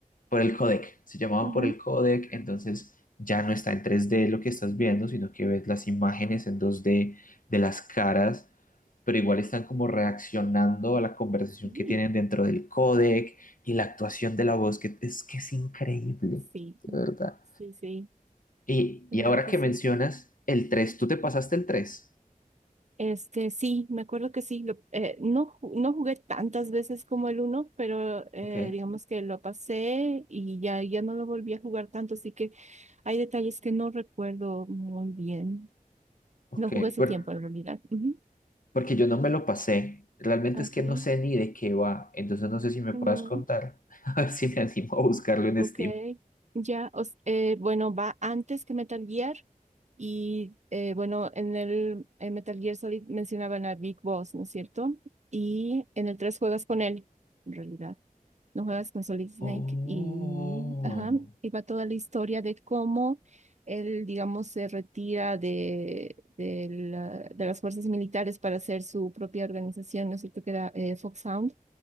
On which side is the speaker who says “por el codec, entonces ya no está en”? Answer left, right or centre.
Left